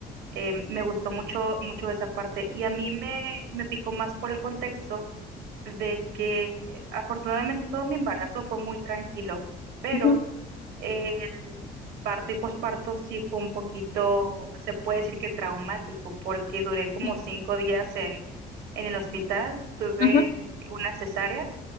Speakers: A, on the right; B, on the left.
A: em, me gustó mucho, mucho esa parte y a mí me, me picó más por el contexto de que eh, afortunadamente todo mi embarazo fue muy tranquilo, pero
B: ujú,
A: el parto y posparto sí fue un poquito, se puede decir que traumático, porque duré como
B: sí,
A: cinco días en, en el hospital, tuve
B: ujú,
A: una cesárea.